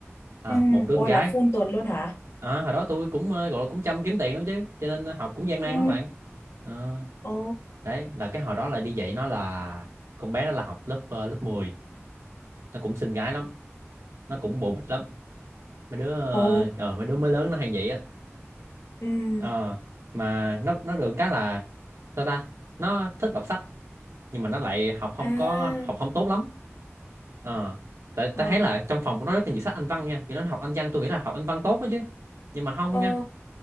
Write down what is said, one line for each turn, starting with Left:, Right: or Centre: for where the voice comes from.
Right: À,
Left: ừ
Right: một đứa
Left: ôi
Right: con gái.
Left: là phun tuần luôn hả
Right: À, hồi đó tôi cũng ờ, gọi là cũng chăm kiếm tiền lắm chứ, cho nên ờ, học cũng gian nan
Left: ừ
Right: lắm bạn. Ờ,
Left: ồ
Right: đấy là cái hồi đó là đi dạy nó là con bé đó là học lớp ờ, lớp mười nó cũng xinh gái lắm, nó cũng bộ bịch lắm. Mấy đứa ờ,
Left: ồ
Right: ờ, mấy đứa mới lớn nó hay vậy á.
Left: ừ
Right: Ờ, mà nó nó được cái là sao ta? Nó thích đọc sách nhưng mà nó lại học không
Left: à
Right: có học không tốt lắm ờ tại
Left: ờ
Right: tại thấy là trong phòng của nó rất là nhiều sách Anh văn nha thì nó học Anh văn tôi nghĩ là học Anh văn tốt đó chứ nhưng mà không
Left: ờ
Right: nha